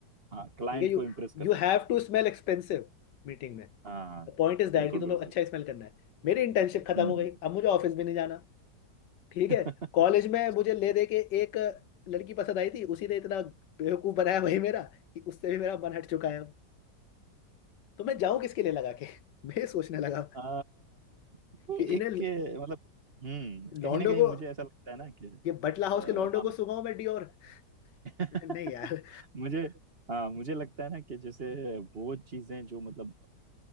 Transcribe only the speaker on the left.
ठीक है you
you
have to smell expensive meeting में
पॉइंट इज दैट
कि तुम्हें
अच्छा स्मेल करना है मेरी इंटर्नशिप खत्म
हो गई अब मुझे ऑफिस भी नहीं जाना ठीक
है कॉलेज में मुझे ले दे के एक लड़की पसंद आई थी उसी ने इतना बेवकूफ बनाया वही मेरा कि उससे भी मेरा मन हट चुका है अब तो मैं जाऊं किसके लिए लगा के <laughs> मैं ये सोचने लगा
कि
इन्हें
लॉन्डो
को
ये बटला हाउस
के लौंडों
को सुनाओ मैं डियोर <laughs>
नहीं यार